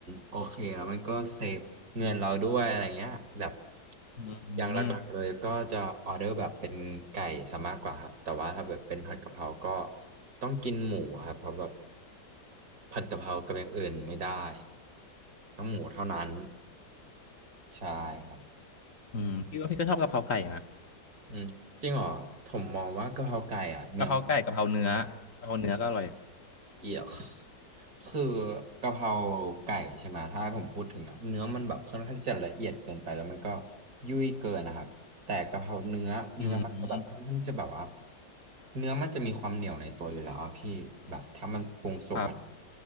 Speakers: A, on the right; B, on the left.
A: โอเคแล้วมันก็เซฟเงินเราด้วยอะไรเงี้ยแบบ
B: อื
A: อย่างหลักๆเลยก็จะออเดอร์แบบเป็นไก่ซะมากกว่าครับแต่ว่าถ้าแบบเป็นผัดกะเพราก็
B: ม
A: ต้องกินหมูครับเพราะแบบผัดกะเพรากับอย่างอื่นไม่ได้ต้องหมูเท่านั้นใช่ครับ
B: อืมพี่ว่าพี่ก็ชอบกะเพราไก่นะ
A: อืมจริงเหรอผมมองว่ากะเพราไก่อ่ะเนื้อ
B: กะเพราไก่กะเพราเนื้อกะเพราเนื้อก็อร่อย
A: เอียก <laughs> คือกะเพราไก่ใช่ไหมถ้าให้ผมพูดถึงอ่ะเนื้อมันแบบค่อนข้างที่จะละเอียดเกินไปแล้วมันก็ยุ่ยเกินนะครับแต่กะเพราเนื้อเนื้อมันก็แบบค่อนข้างที่จะแบบว่า
B: อืม
A: เนื้อมันจะมีความเหนียวในตัวอยู่แล้วอะพี่แบบถ้ามันปรุงสุกอ่ะ
B: ครับ